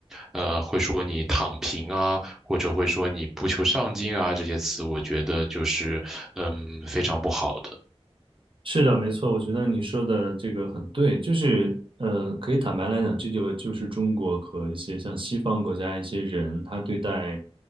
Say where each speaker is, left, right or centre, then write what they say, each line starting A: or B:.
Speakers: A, in the centre; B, on the right.
A: 呃，会说你躺平啊，或者会说你不求上进啊，这些词，我觉得就是嗯非常不好的。
B: 是的，没错，我觉得你说的这个很对，就是，呃，可以坦白来讲，这就就是中国和一些像西方国家一些人，他对待，